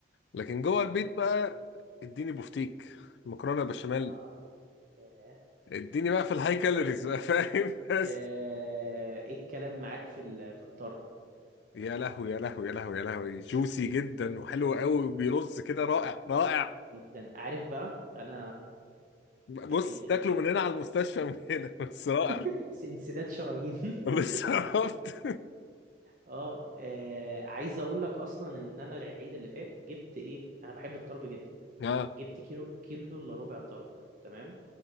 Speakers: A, on the left (about 75°); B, on the right (about 50°).
A: لكن جوه البيت بقى اديني بوفتيك مكرونه بشاميل
B: اه ياه
A: اديني بقى في الهاي كالوريز بقى فاهم <laughs> بس
B: آه، ايه الكلام معاك في ال- في الطرب
A: يا لهوي يا لهوي يا لهوي يا لهوي جوسي جدا وحلو قوي وبيرص كده رائع رائع
B: جدا عارف بقى انا
A: بص
B: العيد اللي
A: تاكله
B: فات
A: من هنا على المستشفى من هنا <laughs> بس رائع
B: <laughs> انسداد شرايين <laughs>
A: بس عرفت
B: اه آه، عايز اقول لك اصلا ان انا العيد اللي فات جبت ايه انا بحب الطرب جدا
A: اه
B: جبت كيلو كيلو الا ربع طرب تمام